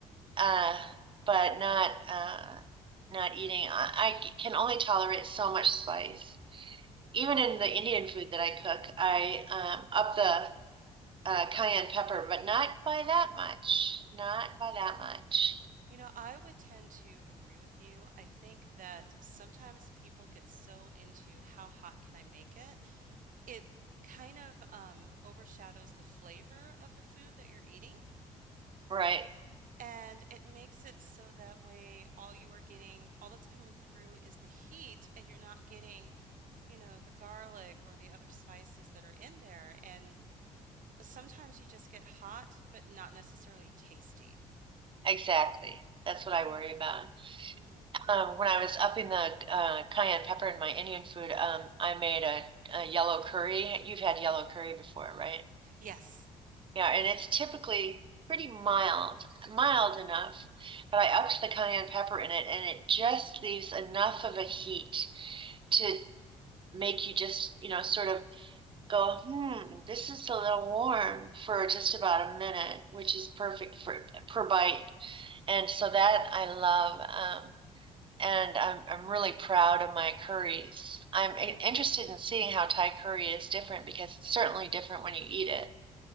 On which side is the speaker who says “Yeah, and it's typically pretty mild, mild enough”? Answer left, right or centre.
Right